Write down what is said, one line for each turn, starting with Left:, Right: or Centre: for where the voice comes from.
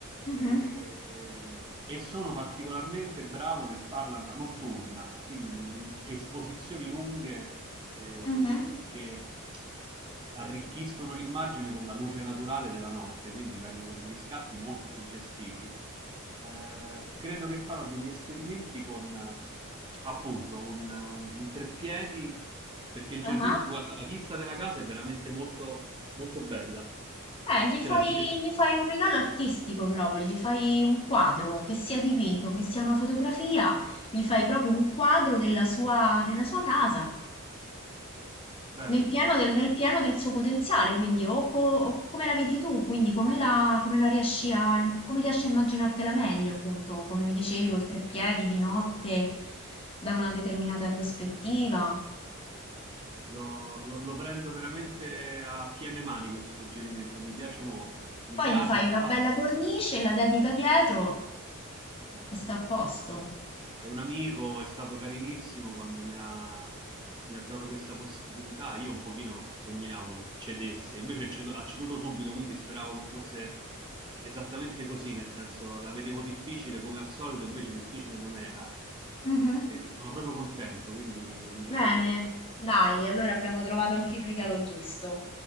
Left: Mhm,
Right: eh, ehm, e sono particolarmente bravo nel farla na- notturna, quindi nelle esposizioni lunghe eh,
Left: mhm,
Right: che eh, arricchiscono l'immagine con la luce naturale della notte, quindi vengono degli scatti molto suggestivi. Eh, credo che farò degli esperimenti con eh, appunto un, un, un treppiedi perché il giardino,
Left: aha.
Right: guarda, la vista della casa è veramente molto, molto bella.
Left: Eh,
Right: Cioè
Left: gli fai,
Right: l'architettura,
Left: gli fai un regalo artistico proprio, gli fai un quadro, che sia dipinto, che sia una fotografia, gli fai proprio un quadro della sua, della sua casa,
Right: bello,
Left: nel pieno
Right: mi piace.
Left: del, nel pieno del suo potenziale, quindi o, co- o come la vedi tu, quindi come la, come la riesci a, come riesci a immaginartela meglio, appunto, come mi dicevi, col treppiedi di notte, da una determinata prospettiva.
Right: Lo, lo- lo prendo veramente a piene mani questo suggerimento, mi piace molto. Mi
Left: Poi
Right: piace,
Left: gli fai
Right: tra
Left: una
Right: l'altro.
Left: bella cornice, la dedica dietro
Right: Esatto.
Left: e sta a posto.
Right: È un amico, è stato carinissimo quando mi ha, mi ha dato questa possibilità. Io un pochino sognavo che cedesse, invece cedo- ha ceduto subito, quindi speravo che fosse esattamente così, nel senso la vedevo difficile come al solito, invece difficile non era.
Left: Mhm.
Right: E sono proprio contento, quindi mi piacerebbe
Left: Bene,
Right: fare questa
Left: dai,
Right: cosa.
Left: allora abbiamo trovato anche il regalo giusto.